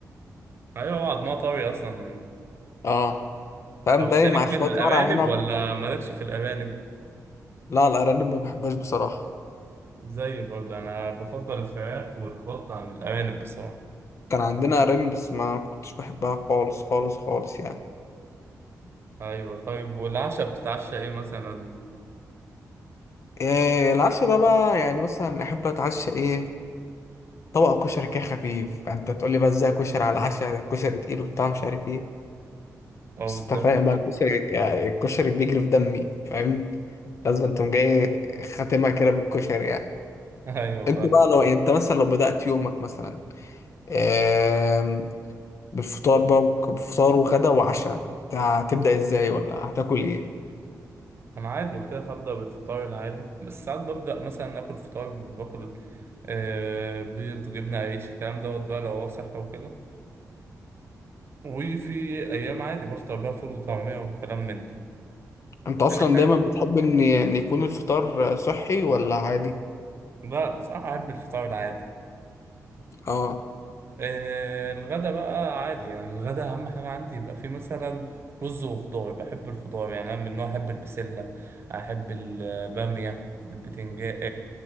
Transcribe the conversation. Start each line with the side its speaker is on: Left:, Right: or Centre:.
Right: ايوه هو عضمها طري اصلا
Left: اه فاهم
Right: طب انت
Left: باين
Right: ليك
Left: مع شويه
Right: في الارانب
Left: ورق عنب
Right: ولا مالكش في الارانب
Left: لا الارانب ما بحبهاش بصراحه
Right: زي برضه انا بفضل الفراخ والبط عن الارانب بصراحه
Left: كان عندنا قرايب بس ما كنتش بحبها خالص خالص خالص يعني
Right: ايوه طيب والعشاء بتتعشى ايه مثلا
Left: إيه العشاء ده بقى يعني مثلا احب اتعشى ايه طبق كشري كده خفيف يعني انت تقول لي بقى ازاي كشري على العشاء ده الكشري تقيل وبتاع مش عارف ايه
Right: اه
Left: بس
Right: بالظبط
Left: انت فاهم بقى الكشري يعني الكشري بيجري في دمي فاهم لازم تقوم جاي خاتمها كده بالكشري يعني
Right: <laughs> ايوه
Left: انت
Right: فاهم
Left: بقى لو يعني انت مثلا لو بدأت يومك مثلا إيه بالفطار بقى وك- بفطار وغدا وعشاء هت- هتبدأ ازاي ولا هتاكل ايه
Right: انا عادي قلت لك هبدا بالفطار العادي بس ساعات ببدا مثلا اكل فطار باكل آه بيض جبنه عيش الكلام دوت بقى لو هو صحي وكده وفي ايام عادي بفطر بقى فول وطعميه والكلام من ده
Left: انت اصلا
Right: تاني حاجه
Left: دايما بتحب ان ان يكون الفطار صحي ولا عادي
Right: لا صراحه احب الفطار العادي
Left: اه
Right: آه، الغدا بقى عادي يعني الغدا اهم حاجه عندي يبقى فيه مثلا رز وخضار بحب الخضار يعني انا من النوع احب البسله احب الباميه البتنجان